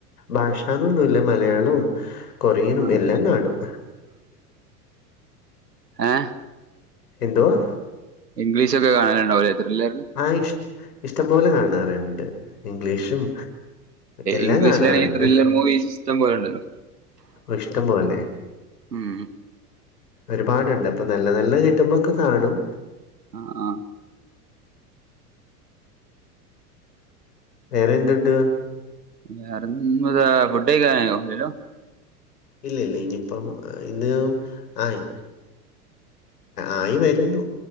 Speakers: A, on the left; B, on the right.
A: ഭാഷന്നൊന്നുല്ല മലയാളവും കൊറിയനും
B: ആഹ്
A: എല്ലാം കാണും
B: ഏ
A: എന്തുവാ
B: ഇംഗ്ലീഷ്ഒക്കെ കാണലുണ്ടാവും ലെ ത്രില്ലെർ
A: ആഹ് ഇഷ്ടം പോലെ കാണാറുണ്ട് ഇംഗ്ലീഷും എല്ലാം
B: ഇംഗ്ലീഷിലാണെങ്കി
A: കാണാറുണ്ട്
B: ത്രില്ലർ മൂവി ഇഷ്‌ടം പോല ഉണ്ടല്ലോ
A: ഇഷ്ടം പോലെ
B: ഉം
A: ഒരുപാടുണ്ട് അപ്പൊ നല്ല നല്ല കിട്ടുമ്പോക്കെ കാണും
B: ആഹ് ആഹ്
A: വേറെ എന്തുണ്ട്
B: വേറൊ ഫുഡ് കഴിക്കാനായോ ഇല്ലല്ലോ
A: ഇല്ല ഇല്ല ഇനിയിപ്പം ഇന്ന് ആയി ആയി വരുന്നു